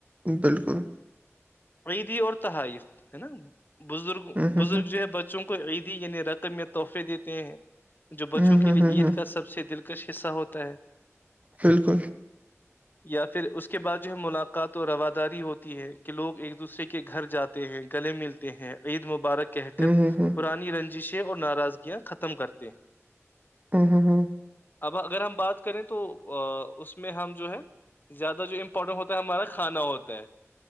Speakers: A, on the right (about 30°); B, on the left (about 40°).
A: بالکل
B: عیدی اور تحائف ہے نا بزرگ
A: ہوں ہوں
B: بزرگ
A: ہوں
B: جو ہے بچوں کو عیدی یعنی رقم میں تحفے دیتے ہیں جو بچوں
A: ہوں
B: کے
A: ہوں
B: لیے
A: ہوں
B: عید
A: ہوں
B: کا سب سے دل کچ حصہ ہوتا ہے
A: بالکل
B: یا پھر اس کے بعد جو ہے ملاقات و رواداری ہوتی ہے کہ لوگ ایک دوسرے کے گھر جاتے ہیں گلے ملتے ہیں عید مبارک کہ کر
A: ہوں ہوں ہوں
B: پرانی رنجشیں اور ناراضگیاں ختم کرتے ہیں
A: ہ ہاں ہاں
B: اب اگر ہم بات کریں تو اس میں ہم جو ہے زیادہ جو امپورٹنٹ ہوتا ہے ہمارا کھانا ہوتا ہے